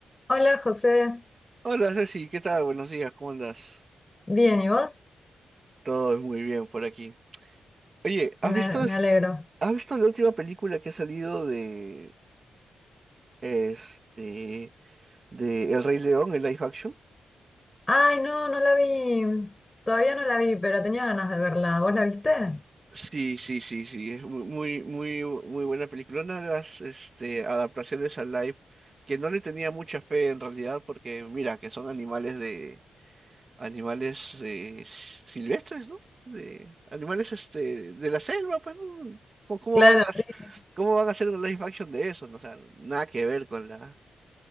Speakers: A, on the left; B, on the right.
A: Hola José,
B: Hola Ceci, ¿qué tal? Buenos días, ¿cómo andas?
A: bien, ¿y vos?
B: Todo muy bien por aquí. Oye, ¿has
A: Me,
B: visto,
A: me
B: es-
A: alegro.
B: has visto la última película que ha salido de este de El Rey León, el live action?
A: Ay, no, no la vi, todavía no la vi, pero tenía ganas de verla. ¿Vos la viste?
B: Sí, sí, sí, sí, es mu- muy, muy, bu- muy buena película. Una de las este, adaptaciones al live que no le tenía mucha fe en realidad porque mira que son animales de animales eh, silvestres, ¿no? De animales este de la selva, pues, ¿no? ¿Cómo, cómo
A: Claro,
B: van a,
A: sí,
B: cómo van a hacer un live action de eso? No, o sea, nada que ver con la.